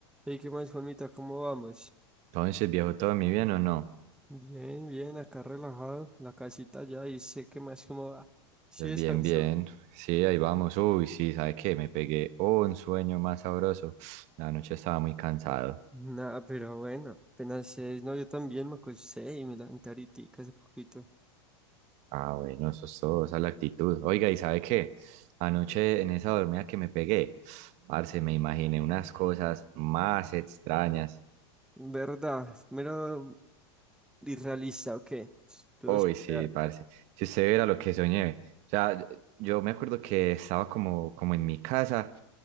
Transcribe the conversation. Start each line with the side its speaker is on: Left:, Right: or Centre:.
Centre: Hey, ¿qué más, Juanmita? ¿Cómo vamos?
Right: Entonces, viejo, ¿todo mi bien o no?
Centre: Bien, bien, acá relajado, la casita ya y sé qué más cómo va. Sí
Right: Eh,
Centre: descansó.
Right: Bien, bien. Sí, ahí vamos. Uy, sí, sabes qué? Me pegué oh, un sueño más sabroso. La noche estaba muy cansado.
Centre: Nada, pero bueno, apenas es, no, yo también me acosté y me levanté ahorita hace poquito.
Right: Ah, bueno, eso es todo, esa es la actitud. Oiga, ¿y sabe qué? Anoche en esa dormida que me pegué, parce, me imaginé unas cosas más extrañas.
Centre: ¿Verdad? Mero irrealista, ¿o qué? Todo
Right: Uy,
Centre: surreal.
Right: sí, parce. Si usted viera lo que soñé. O sea, yo me acuerdo que estaba como, como en mi casa